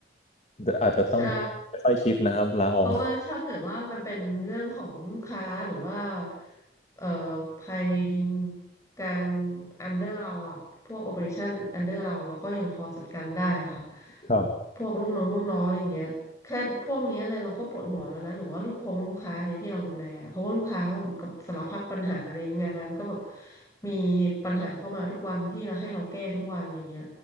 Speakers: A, on the left; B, on the left.
A: เดี๋ยวอาจจะต้อง
B: ใช่
A: ค่อยๆคิดนะครับลาออก
B: เพราะว่าถ้าเกิดว่ามันเป็นเรื่องของลูกค้าหรือว่าเอ่อภายในการอันเดอร์เราอะพวกโอ e r a t i o n อันเดอร์เราเราก็ยังพอจัดการได้อะค่ะ
A: ครับ
B: พวกลูกน้องลูกน้องอะไรอย่างเงี้ยแค่พวกเนี้ยเลยเราก็ปวดหัวแล้วนะหรือว่าลูกคงลูกค้าเนี่ยที่เราดูแลเพราะว่าลูกค้าก็กับสารพัดปัญหาในงานก็แบบมีปัญหาเข้ามาทุกวันที่เราให้เราแก้ทุกวันอะไรอย่างเงี้ย